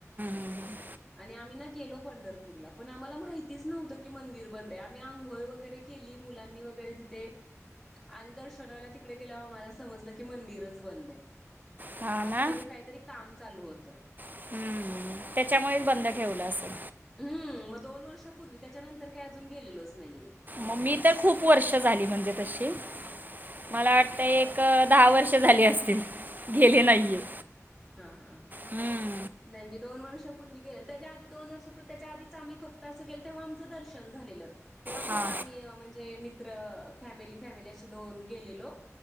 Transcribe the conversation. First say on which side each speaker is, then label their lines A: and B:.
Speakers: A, on the right; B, in the centre.
A: हम्मं हम्मं
B: आणि आम्ही नां गेलो पंढरपूरला, पण आम्हाला माहितीच नव्हतं की मंदिर बंदयं आम्ही आंघोळ वगैरे केली मुलांनी वगैरे तिथे आणि दर्शनाला तिकडे गेल्यावर आम्हाला समजलं की मंदिरच बंदयं
A: हां
B: आत
A: ना
B: मध्ये काहीतरी काम चालू होतं.
A: हम्म. त्याच्यामुळेच बंद ठेवलं असेल.
B: हुं मग दोन वर्षापूर्वी त्याच्यानंतर काही अजून गेलेलोच नाहीये.
A: मग मी तर खूप वर्ष झाली म्हणजे तशी मला वाटतंय एक दहा वर्ष झाली असतील. गेले नाहीये
B: हां हांहां
A: हम्म.
B: नाही मी दोन वर्षपूर्वी गेलते, त्याच्या आधी दोन वर्ष परत त्याच्या आधीच आम्ही फक्त असं गेले, तेव्हा आमचं दर्शन झालेलं. तेव्हा
A: हा
B: कसं आम्ही म्हणजे मित्र फॅमिली, फॅमिली अशी दोन गेलेलो